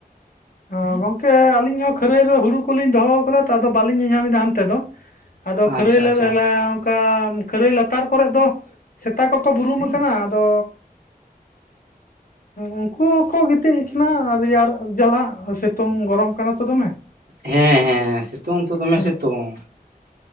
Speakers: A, on the left; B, on the right.
A: ᱚ ᱜᱚᱝᱠᱮ ᱟᱹᱞᱤᱧ ᱦᱚᱸ ᱠᱷᱟᱹᱨᱟᱹᱭ ᱨᱮ ᱦᱩᱲᱩ ᱠᱚᱞᱤᱧ ᱫᱚᱦᱚ ᱠᱟᱫᱟ ᱛᱚ ᱟᱫᱚ ᱵᱟᱹᱞᱤᱧ ᱧᱮᱞᱧᱟᱢ ᱮᱫᱟ ᱦᱟᱱᱛᱮ ᱫᱚ ᱟᱫᱚ
B: ᱟᱪᱪᱷᱟ
A: ᱠᱷᱟᱹᱨᱟᱹᱭ ᱞᱮᱫᱞᱮ
B: ᱟᱪᱪᱷᱟ
A: ᱠᱟ ᱠᱷᱟᱹᱨᱟᱹᱭ ᱞᱟᱛᱟᱨ ᱠᱚᱨᱮᱫ ᱫᱚ ᱥᱮᱛᱟ ᱠᱚᱠᱚ ᱵᱩᱨᱩᱢ ᱠᱟᱱᱟ ᱟᱫᱚ ᱩᱱᱠᱩ ᱦᱚᱸᱠᱚ ᱜᱤᱛᱤᱡ ᱠᱟᱱᱟ ᱨᱮᱭᱟᱲ ᱡᱟᱞᱟᱜ ᱥᱤᱛᱩᱝ ᱜᱚᱨᱚᱢ ᱠᱟᱱᱟ ᱛᱚ ᱫᱚᱢᱮ
B: ᱦᱮᱸ ᱦᱮᱸ ᱥᱤᱛᱩᱝ ᱛᱚ ᱫᱚᱢᱮ
A: ᱦᱩᱸ
B: ᱥᱤᱛᱩᱝ